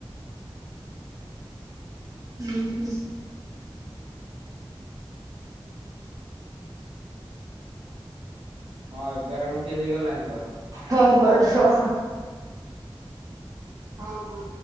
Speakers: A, on the right (about 40°); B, on the right (about 80°).
A: ହୁଁ ହୁଁ।
B: ହଁ ଏଗାର ମିନିଟ ହେଇଗଲାଣି ତ।
A: ହଉ ହଉ ରୁହ। ହଁ ହଁ।